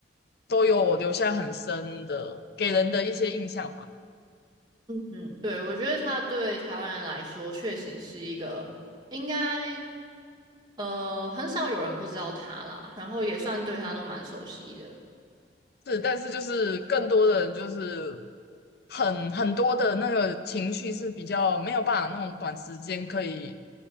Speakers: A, on the left; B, on the right.
A: 都有留下很深的给人的一些印象。
B: 嗯，对，我觉得他对台湾人来说确实是一个应该呃很少有人不知道他啦，然后也算对他都蛮熟悉的。
A: 是，但是就是更多的人就是很很多的那个情绪是比较没有办法那种短时间可以